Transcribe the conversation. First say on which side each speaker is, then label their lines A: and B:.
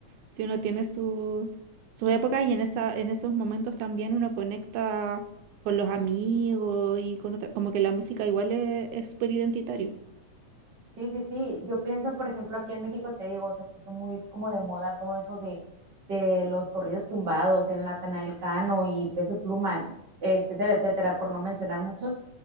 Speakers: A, on the right; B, on the right.
A: Si uno tiene su, su época y en esa, en esos momentos también uno conecta con los amigos y con otra, como que la música igual es, es súper identitario.
B: Sí, sí, sí. Yo pienso, por ejemplo, aquí en México, te digo, se puso muy como de moda todo eso de, de los corridos tumbados, el Natanael Cano y Peso Pluma, etcétera, etcétera, por no mencionar muchos.